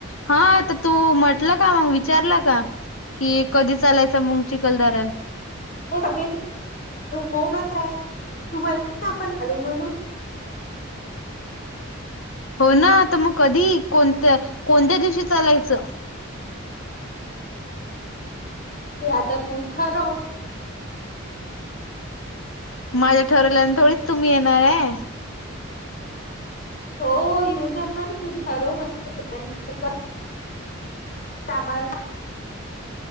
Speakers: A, on the left (about 80°); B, on the left (about 40°).
A: हा तू तू म्हटलं का मग विचारलं का? की कधी चालायचं मग चिखलदारन
B: हो सग हो मत आहे तू म्हण आपण काढू म्हणून
A: हो ना आता मग कधी कोणत्य कोणत्या दिशी चालायचं.
B: ते आता तू थरव.
A: माझ्या ठरवल्यानी थोडीच तुम्ही येणाराय.
B: हो येऊना तू ठरव मस्त प्लॅ न बी क कमालस